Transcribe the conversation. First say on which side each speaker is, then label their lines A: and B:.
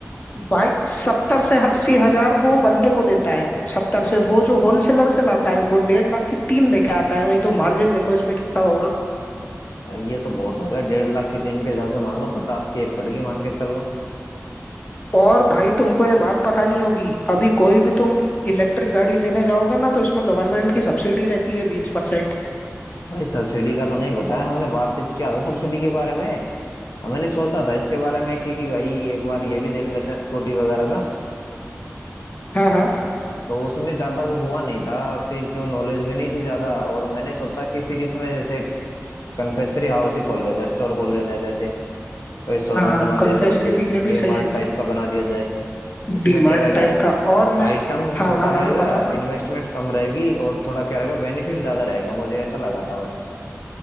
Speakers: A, on the left (about 30°); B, on the left (about 85°).
A: भाई सत्तर से अस्सी हजार वो बंदे को देता है सत्तर से वो जो होलसेलर से लाता है वो डेढ़ लाख की तीन लेके आता है भाई तो मार्जिन देखो इसमें कितना होगा
B: भाई ये तो बहुत हो गया डेढ़ लाख की तीन के हिसाब से मान लो पचास की एक पड़गी मान के चल लो
A: और भाई तुमको ये बात पता नहीं होगी अभी कोई भी तुम इलेक्ट्रिक गाड़ी लेने जाओगे ना तो इसमें गवर्नमेंट की सब्सिडी रहती है बीस परसेंट
B: भाई सब्सिडी का तो नहीं बताया हमने बातचीत किया था सब्सिडी के बारे में मैंने सोचा था इसके बारे में कि कि भाई एक बार ये भी देख लेते हैं स्कूटी वगैरह का
A: हाँ हाँ
B: तो उसमें ज्यादा वो हुआ नहीं था फिर क्यों नॉलेज भी नहीं थी ज्यादा और मैंने सोचा कि फिर इसमें जैसे कन्फेक्शनरी हाउस ही खोल लिया जाए स्टोर खोल लिया जाए जैसे कोई शोरूम
A: हाँ
B: बना
A: कन्फेक्शनरी
B: दिया जाए बिग
A: भी ये भी
B: डी
A: सही
B: मार्ट
A: है
B: टाइप का बना दिया जाए इसमें
A: डीमार्ट
B: क्या रहेगा
A: टाइप का और मैं
B: आइटम
A: हाँ
B: छोटा
A: हाँ
B: रहेगा
A: हाँ बताओ ना।
B: इन्वेस्टमेंट कम रहेगी और थोड़ा क्या रहेगा बेनिफिट ज्यादा रहेगा मुझे ऐसा लगा था बस